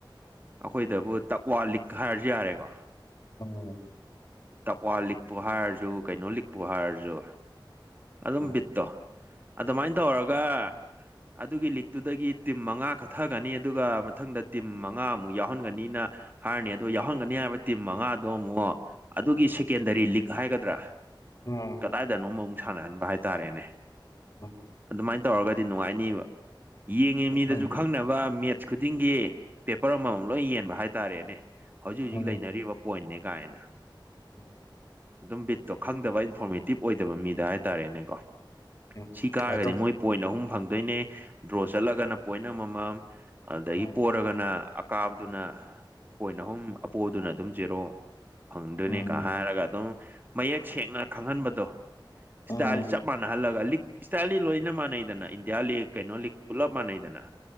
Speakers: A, on the right; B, on the left.
A: ꯑꯩꯈꯣꯏꯗꯕꯨ ꯇꯛꯋꯥ ꯂꯤꯛ ꯍꯥꯏꯔꯁꯨ ꯌꯥꯔꯦꯀꯣ
B: ꯎꯝ
A: ꯇꯛꯋꯥ ꯂꯤꯛꯄꯨ ꯍꯥꯏꯔꯁꯨ ꯀꯩꯅꯣ ꯂꯤꯛꯄꯨ ꯍꯥꯏꯔꯁꯨ ꯑꯗꯨꯝ
B: ꯎꯝ
A: ꯕꯤꯠꯇꯣ ꯑꯗꯨꯃꯥꯏꯅ ꯇꯧꯔꯒ ꯑꯗꯨꯒꯤ ꯂꯤꯛꯇꯨꯗꯒꯤ ꯇꯤꯝ ꯃꯉꯥ ꯀꯠꯊꯒꯅꯤ ꯑꯗꯨꯒ ꯃꯊꯪꯗ ꯇꯤꯝ ꯃꯉꯥ ꯑꯃꯨꯛ ꯌꯥꯎꯍꯟꯒꯅꯤꯅ ꯍꯥꯏꯔꯅꯤ ꯑꯗꯣ ꯌꯥꯎꯍꯟꯒꯅꯤ ꯍꯥꯏꯕ ꯇꯤꯝ ꯃꯉꯥꯗꯣ ꯑꯃꯨꯛ ꯑꯗꯨꯒꯤ ꯁꯦꯀꯦꯟꯗꯔꯤ ꯂꯤꯛ ꯍꯥꯏꯒꯗ꯭ꯔꯥ
B: ꯎꯝ
A: ꯀꯗꯥꯏꯗꯅꯣ ꯑꯃ ꯑꯃꯨꯛ ꯁꯥꯟꯅꯍꯟꯕ ꯍꯥꯏꯇꯥꯔꯦꯅꯦ
B: <unintelligible>
A: ꯑꯗꯨꯃꯥꯏꯅ ꯇꯧꯔꯒꯗꯤ ꯅꯨꯡꯉꯥꯏꯅꯤꯕ ꯌꯦꯡꯉꯤ ꯃꯤꯗꯁꯨ
B: ꯎꯝ
A: ꯈꯪꯅꯕ ꯃꯦꯠꯁ ꯈꯨꯗꯤꯡꯒꯤ ꯄꯦꯄꯔ ꯑꯃꯃꯝ ꯂꯣꯏ ꯌꯦꯟꯕ ꯍꯥꯏꯇꯥꯔꯦꯅꯦ ꯍꯧꯖꯤꯛ ꯍꯧꯖꯤꯛ
B: ꯎꯝ
A: ꯂꯩꯅꯔꯤꯕ ꯄꯣꯏꯟꯅꯦ ꯀꯥꯏꯅ
B: <unintelligible>
A: ꯑꯗꯨꯝ ꯕꯤꯠꯇꯣ ꯈꯪꯗꯕ ꯏꯟꯐꯣꯔꯃꯦꯇꯤꯞ ꯑꯣꯏꯗꯕ ꯃꯤꯗ ꯍꯥꯏꯇꯥꯔꯦꯅꯦꯀꯣ
B: ꯎꯝ
A: ꯁꯤ ꯀꯥꯔꯒꯗꯤ
B: ꯑꯗꯨꯝ
A: ꯃꯣꯏ ꯄꯣꯏꯟ ꯑꯍꯨꯝ ꯐꯪꯗꯣꯏꯅꯦ ꯗ꯭ꯔꯣ ꯆꯠꯂꯒꯅ ꯄꯣꯏꯟ ꯑꯃꯃꯝ ꯑꯗꯩꯩ
B: ꯎꯝ
A: ꯄꯣꯠ ꯅ ꯑꯀꯥꯕꯗꯨꯅ ꯄꯣꯏꯟ ꯑꯍꯨꯝ ꯑꯄꯣꯗꯨꯅ ꯑꯗꯨꯝ ꯖꯦꯔꯣ ꯐꯪꯗꯣꯏꯅꯤꯒ
B: ꯎꯝ
A: ꯍꯥꯏꯔꯒ ꯑꯗꯨꯝ ꯃꯌꯦꯛ ꯁꯦꯡꯅ ꯈꯪꯍꯟꯕꯗꯣ ꯏꯁꯇꯥꯏꯜ
B: ꯎꯝ
A: ꯆꯞ ꯃꯥꯟꯅꯍꯜꯂꯒ ꯂꯤꯛ ꯏꯁꯇꯥꯏꯜꯂꯤ ꯂꯣꯏꯅ ꯃꯥꯟꯅꯩꯗꯅ ꯏꯟꯗꯤꯌꯥ ꯂꯤꯛ ꯀꯩꯅꯣ ꯂꯤꯛ ꯄꯨꯂꯞ ꯃꯥꯟꯅꯩꯗꯅ